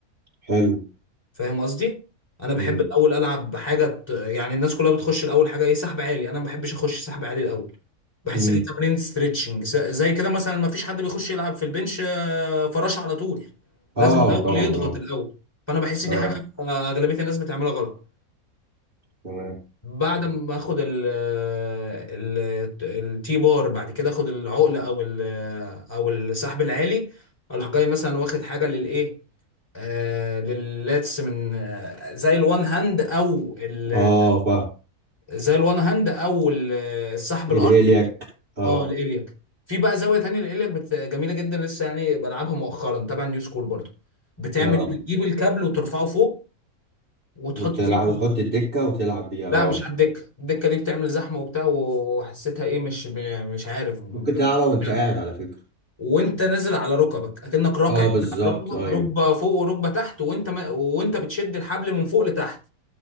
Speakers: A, on the right; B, on the left.
A: حلو
B: فاهم قصدي انا مم.
A: مم.
B: بحب الاول العب بحاجه ت- يعني الناس كلها بتخش الاول حاجه ايه سحب عالي انا ما بحبش اخش سحب عالي الاول بحس
A: مم.
B: ان دي تمارين ستريتشنج زي كده مثلا ما فيش حد بيخش يلعب في البنش آه، فراشه على طول لازم
A: اه
B: الاول
A: طبعا
B: يضغط
A: اه
B: الاول فانا بحس دي
A: اه
B: حاجه آه، اغلبيه الناس بتعملها غلط
A: تمام
B: بعد ما اخد ال ال التي بار بعد كده اخد العقله او ال او السحب العالي اروح جاي مثلا واخد حاجه للايه آه لللاتس من آه زي الوان هاند او ال-
A: اه فاهم
B: زي الوان هاند او ال- السحب
A: الالياك
B: الارضي
A: اه
B: اه لإلياك في بقى زاويه تانية لإلياك بت... جميله جدا لسه يعني بلعبها مؤخرا تبع نيو سكول برضو بتعمل
A: اه
B: ايه بتجيب الكابل وترفعه فوق وتحط
A: وتلعب
B: فيه
A: وتحط الدكة وتلعب بيها
B: لا
A: اه
B: مش على الدكه الدكه دي بتعمل زحمه وبتاع وحسيتها ايه مش مش عارف ب-
A: ممكن تلعبها
B: ب-
A: وانت
B: لا.
A: قاعد على فكرة
B: وانت نازل على ركبك اكنك راكع
A: اه
B: كده
A: بالظبط
B: على ركبك
A: ايوه
B: ركبه فوق وركبه تحت وانت ما وانت بتشد الحبل من فوق لتحت